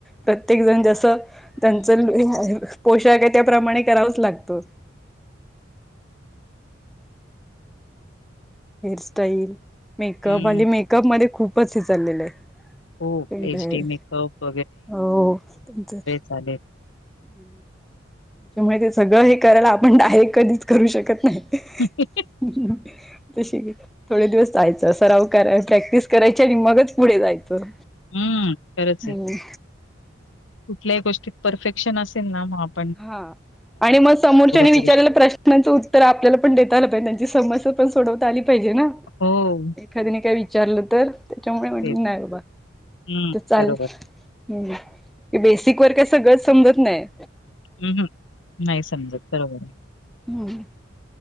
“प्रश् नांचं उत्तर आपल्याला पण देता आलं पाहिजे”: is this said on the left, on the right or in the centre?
Centre